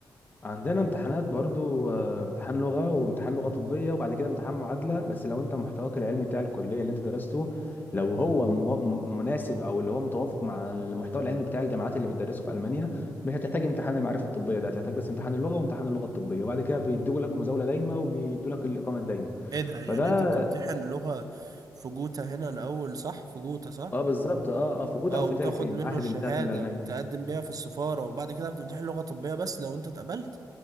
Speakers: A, on the left (about 25°); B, on the right (about 55°).
A: عندنا امتحانات برضو آه، امتحان لغة وامتحان لغة طبية وبعد كده امتحان معادلة بس لو انت محتواك العلمي بتاع الكلية اللي انت درسته لو هو مو- مناسب او اللي هو متوافق مع المحتوى العلمي بتاع الجامعات اللي بتدرسه في ألمانيا مش هتحتاج امتحان المعرفة الطبية ده هتحتاج بس امتحان اللغة وامتحان اللغة الطبية وبعد كده بيدوا لك مزاولة دايمة وبيدوا لك الإقامة الدايمة
B: إيه ده يعني
A: فده
B: أنت بتمتحن لغة في جوتا هنا الأول صح؟ في جوتا صح؟
A: اه بالظبط اه اه في جوتا
B: أه
A: او
B: وتاخد
A: في تالكا المعاهد
B: منه الشهادة
A: اللي بتاعت الالماني
B: تقدم بيها في السفارة وبعد كده بتمتحن لغة طبية بس لو أنت اتقبلت